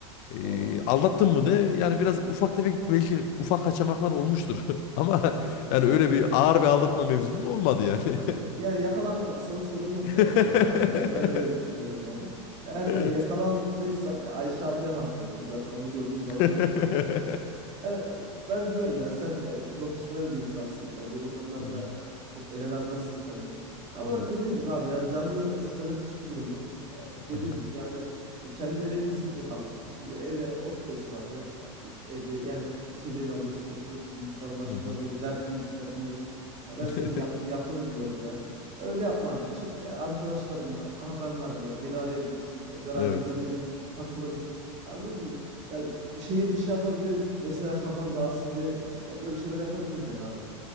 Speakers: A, on the left (about 55°); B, on the right (about 45°).
A: Ee,
B: Doğru abi.
A: aldattın mı de yani biraz ufak tefek belki ufak kaçamaklar olmuştur. <laughs> Ama
B: Ya. <laughs>
A: yani öyle bir ağır bir aldatma mevzumuz olmadı yani.
B: Anladım. Yani yakalanmadıysan sorun yok,
A: <laughs>
B: eee, bence abi. Yani, ben öyle düşünüyorum yani. Eğer,
A: Evet.
B: eee, yakalandıysan, eee, Ayşe ablaya hak veririm. Zaten onu gördüğüm zaman
A: <laughs>
B: da yani, e, ben biliyorum yani sen, eee, profesyonel bir insansın. Yani böyle konularda
A: Hı hı,
B: yani çok ele vermezsin kendini. Ama
A: Evet.
B: dediğim gibi abi yani canını sıkacak hiçbir durum yok. Eee, dediğim
A: Aha,
B: gibi yani, e, kendini eve kesinlikle kapatma. Şimdi eve oturuyorsun abi, yani evde yani içeceğini alıyorsun, oturuyorsun bilgisayarın başında
A: hı hı.
B: böyle dertli müzikler dinliyorsun. Ya ben
A: <laughs>
B: senin yap yapını biliyorum yani. E, Öyle yapma abi. Çık, eee, arkadaşlarınla, aha ben varım yani beni arayabilirsin, eee, beraber
A: Evet.
B: gezeriz, e, takılırız. anladın mı? Ya bir şehir dışı yapabiliriz. Mesela kafan dağılsın diye ya böyle şeyler yapabiliriz yani abi.